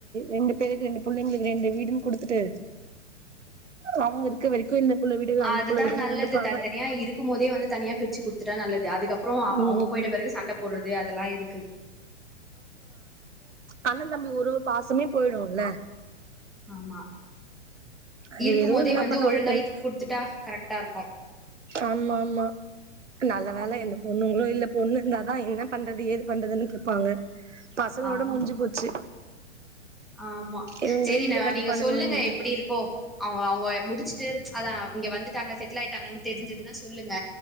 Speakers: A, on the right; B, in the centre.
A: ரெண்டு பேருக்கு ரெண்டு பிள்ளைங்களுக்கு ரெண்டு வீடுன்னு குடுத்துட்டு அவங்க இருக்க வரைக்கு இந்த புள்ள வீடு இல்ல அந்த
B: அதுதான்
A: புள்ள வீடுன்னு
B: நல்லது
A: இருந்துப்பாங்க
B: தனித்தனியா இருக்கும் போதே வந்து தனியா பிரிச்சு குடுத்துட்டா நல்லது அதுக்கப்புற
A: ம்
B: அவங்க போயிட்ட பிறகு சண்டை போடுறது அதெல்லா எதுக்கு
A: அண்ணன் தம்பி உறவு பாசமே போயிடும்ல
B: ஆமா
A: அது
B: இருக்கும்
A: ஏதோ
B: போதே
A: என்ன
B: வந்து
A: பண்ணுவாங்க
B: ஒழுங்கா
A: தெர்ல
B: இது குடுத்துட்டா கரெக்டா இருக்கு
A: ஆமா ஆமா நல்ல வேலை
B: ம்
A: என்ன பொண்ணுங்களோ இல்ல பொண்ணு இருந்தாதா என்ன பண்றது ஏது பண்றதுன்னு கேப்பாங்க பசங்களோட
B: ஆமா
A: முடிஞ்சு போச்சு
B: ஆமா
A: இவுங்களே
B: சரி
A: வீட
B: ந
A: கட்டிப்பானுங்களே
B: நீங்க சொல்லுங்க
A: இவுங்க
B: எப்படி இருக்கோ அவங் அவங்க முடிச்சுட்டு அதா இங்க வந்துட்டாங்க செட்டில் ஆயிட்டாங்கன்னு தெரிஞ்சுதுன்னா சொல்லுங்க